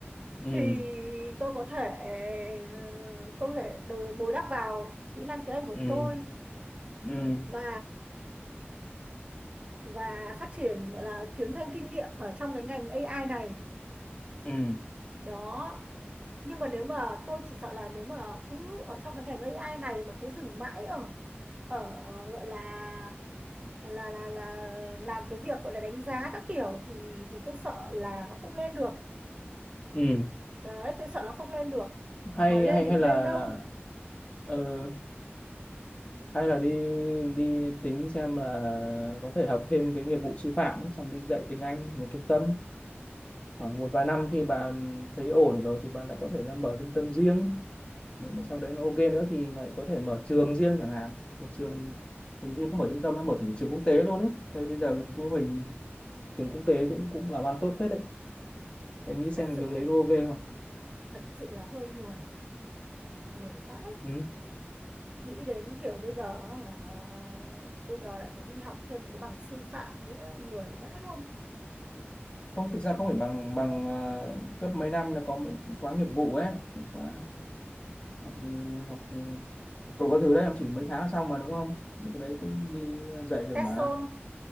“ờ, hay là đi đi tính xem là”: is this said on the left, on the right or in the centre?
Left